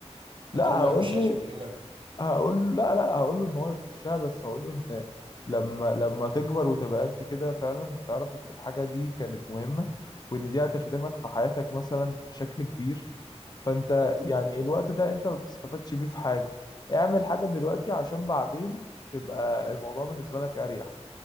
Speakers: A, on the left; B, on the right.
A: لا
B: هتقول
A: هقول
B: ما يخشهاش
A: له
B: من الاول
A: هقول له لا لا هقول له ان هو يخشها بس هقول له ان لما لما تكبر وتبقى قد كده فعلا هتعرف ان الحاجه دي كانت مهمه وان دي هتخدمك في حياتك مثلا بشكل كبير فانت يعني الوقت ده انت ما بتستفادش بيه في حاجه اعمل حاجه دلوقتي عشان بعدين تبقى الموضوع بالنسبه لك اريح